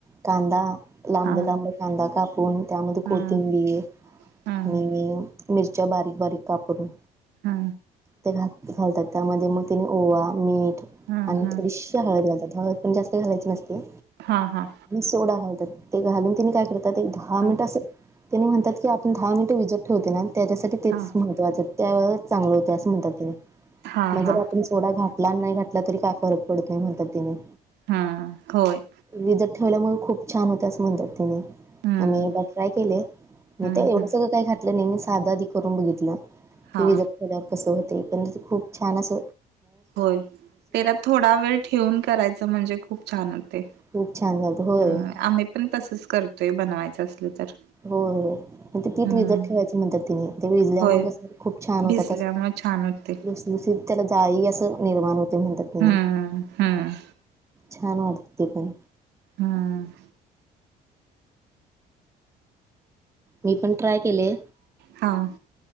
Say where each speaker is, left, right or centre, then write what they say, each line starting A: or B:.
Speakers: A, on the right (about 15°); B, on the right (about 80°).
A: कांदा लांब
B: हा
A: लांब कांदा काप कापून त्यामध्ये कोथिंबीर
B: हम्म हम्म
A: आणि मिरच्या बारीक बारीक कापून
B: हा
A: ते घात घालतात त्यामध्ये मग त्याने ओवा मीठ
B: हम्म
A: आणि
B: हम्म
A: थोडी हळद घतात हळद पण जास्तालायची नसते
B: हा हा
A: सोडा घालतात ते घालून तिने काय करतात एक दहा
B: हा
A: मिनिट असं त्यां म्हणतात की आपण दहा मिनट विजत ठेवते ना त्याच्यासाठी तेच
B: हा
A: महत्वाचे त्या व चांगलं होत असं म्हणतात त्यां
B: हा
A: मग
B: हा
A: जर आपण थोडा घाला आणि नाही घाटला तरी काय फरक पडत नाही म्हणतात तिने
B: हा होय
A: विजत ठेवल्यामुळे खूप छान होत्या असं मंदिर ति
B: हम्म
A: मीदा ट्राय केले मी
B: हम्म
A: ते एवढं
B: हम्म
A: सगळं काय खात नेहमी साधा आधी करून बघितलं
B: हा
A: की विजडल्यावर कसं होते पण खूप छान अस
B: होय त्याला थोडा वेळ ठेवून करायचं म्हणजे खूप छान होते
A: खूप छान झाातं होय
B: ह आम्ही पण तसंच करतोय बनवायचं असल तर
A: हो ते पीठ
B: हम्म
A: विजत ठेवायचं म्हणतात तिने ते विजल्यामुळे
B: होय
A: कसं खूप छान होतात
B: भिजल्यामुळे
A: असं
B: छान होते
A: त त्याला जाई असं निर्माण होते म्हणतातने
B: हम्म हम्म
A: छान वाटते ते पण
B: हम
A: मी पण ट्राय केले
B: हां